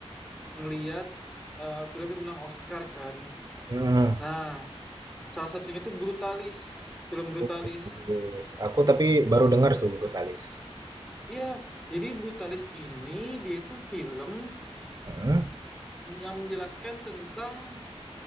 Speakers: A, in the centre; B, on the right.
A: ngeliat eh, film yang menang Oscar kan.
B: hmm.
A: Nah, salah satunya tuh Brutalis, film Brutalis.
B: Brutalis. Aku tapi baru dengar tuh Brutalis.
A: Iya, jadi Brutalis ini dia itu film
B: Hmm.
A: yang menjelaskan tentang